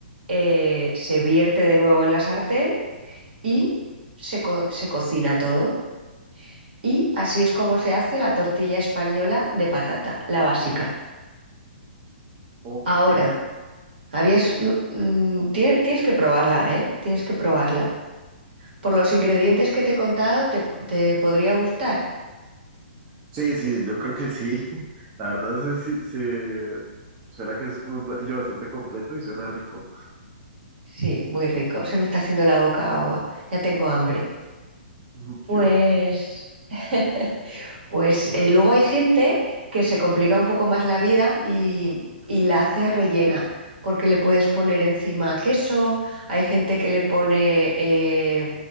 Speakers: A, on the right (about 65°); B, on the right (about 30°).
A: eh, se vierte de nuevo en la sartén y se, co- se cocina todo. Y así es como se hace la tortilla española de patata, la básica.
B: Ok,
A: Ahora. Habías, mm, mm, tiene- tienes que probarla, ¿eh? Tienes que probarla. Por los ingredientes que te he contado, te, te podría gustar.
B: sí, sí, yo creo que sí. <laughs> La verdad se, se, se- suena que es como un platillo bastante completo y suena rico.
A: Sí, muy rico. Se me está haciendo la boca agua. Ya tengo hambre.
B: <laughs>
A: Pues
B: Yo,
A: <laughs> Pues eh, luego hay gente que se complica un poco más la vida y, y la hace rellena, porque le puedes poner encima queso, hay gente que le pone eh,